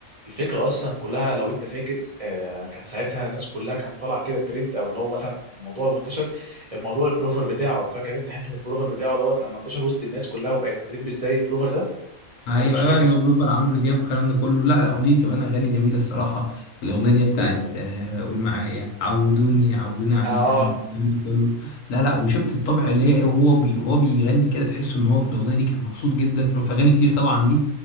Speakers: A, on the right; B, on the left.
A: الفكره اصلا كلها لو انت فاكر آه كان ساعتها الناس كلها كان طالع كده ترند او اللي هو مثلا الموضوع منتشر الموضوع البلوفر بتاعه فاكر انت حته البلوفر بتاعه دوت لما انتشر وسط الناس كلها وبقت بتلبس زي البلوفر ده
B: ايوه
A: ولا مش
B: ايوه
A: فاكر
B: اللي هو بلوفر عمرو دياب والكلام ده كله لا لا وليه كمان اغاني جميله الصراحه الاغنيه اللي هي بتاعت آه، قول معايا عودوني عودوني عنيك
A: اه
B: احب الكلام ده كله لا لا وشفت الطبع اللي هي ايه وهو بي وهو بيغني كده تحس ان هو في الاغنيه دي كان مبسوط جدا وفي اغاني كتير طبعا ليه